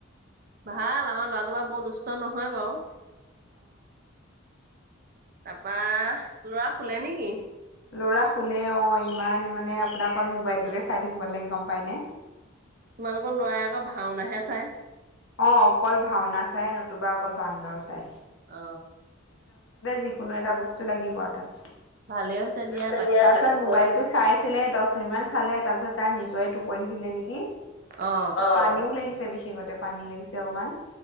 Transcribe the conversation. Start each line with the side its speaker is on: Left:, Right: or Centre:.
Right: ভাল। আমাৰ ল'ৰাটো বা বৰ দুষ্ট নহয় বাৰু। বা ল'ৰা শুলে নেকি?
Left: ল'ৰা শুলে অঁ ইমান মানে আপোনাক অকল মোবাইলটোকে চাই থাকিব নালাগে গম পায়নে।
Right: তোমালোকৰ লৰাই আকৌ ভাওনাহে চাই।
Left: অ অকল ভাওনা চাই নতুবা অকল বান্দৰ চাই।
Right: অ।
Left: যিকোনো এটা বস্তু লাগিব আৰু তাত।
Right: ভালেই হৈছে দিয়া
Left: তাৰপিছত
Right: তাকে কৈ
Left: মোবাইলটো চাইছিলে দহ মিনিট মান চালে। তাৰ পিছত তাৰ নিজৰে টোপনি ধৰিলে নেকি,
Right: অ
Left: পানীও লাগিছে বিশষ পানী লাগিছে অকমান